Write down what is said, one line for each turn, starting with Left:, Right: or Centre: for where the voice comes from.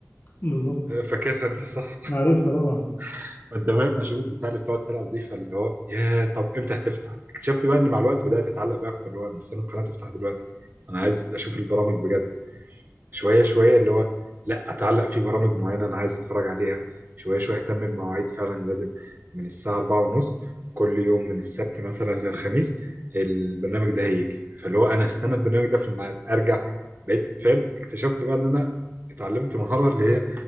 Left: بالظبط
Right: <laughs> فاكرها انت صح
Left: عارفها طبعا
Right: <laughs> فانت فاهم اشوف البتاع اللي بتقعد تلعب دي فاللي هو يا طب امتى هتفتح اكتشفت بقى ان مع الوقت بدات اتعلق بقى اكتر اللي هو مستني القناه تفتح دلوقتي انا عايز اشوف البرامج بجد شويه شويه اللي هو لا اتعلق في برامج معينه انا عايز اتفرج عليها شويه شويه اهتم بمواعيد فعلا لازم من الساعه 4 ونص كل يوم من السبت مثلا للخميس البرنامج ده هيجي فاللي هو انا استنى البرنامج ده في الميعاد ارجع بقيت فاهم اكتشفت بقى ان انا اتعلمت مهاره اللي هي